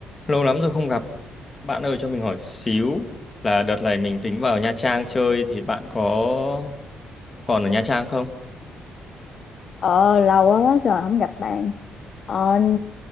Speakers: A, on the left; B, on the left.
A: Lâu lắm rồi không gặp. Bạn ơi cho mình hỏi xíu là đợt này mình tính vào Nha Trang chơi thì bạn có còn ở Nha Trang không?
B: Ờ, lâu quá quá rồi không gặp bạn. Ờ,